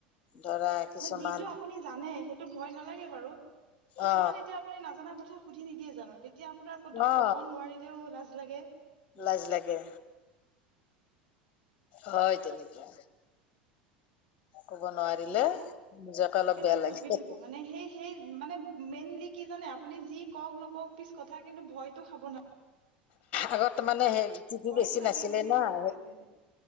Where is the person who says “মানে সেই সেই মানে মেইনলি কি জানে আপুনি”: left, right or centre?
Right